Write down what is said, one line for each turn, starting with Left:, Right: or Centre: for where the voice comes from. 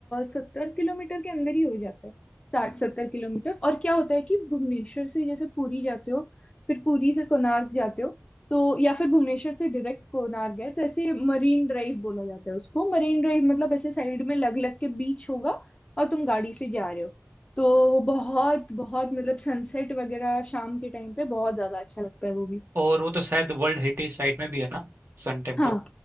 Left: सत्तर किलोमीटर के अंदर ही हो जाता है साठ सत्तर किलोमीटर और क्या होता है कि भुवनेश्वर से जैसे पुरी जाते हो फिर पुरी से कोणार्क जाते हो तो या फिर भुवनेश्वर से डायरेक्ट कोणार्क गए तो ऐसे मरीन ड्राइव बोला जाता है उसको मरीन ड्राइव मतलब ऐसे साइड में लग लग के बीच होगा और तुम गाड़ी से जा रहे हो तो वो बहुत बहुत मतलब सनसेट वगैरह शाम के टाइम पे बहुत ज्यादा अच्छा लगता है वो भी
Right: और वो तो शायद वर्ल्ड हेरिटेज साइट में भी है ना सन टेम्पल
Left: हाँ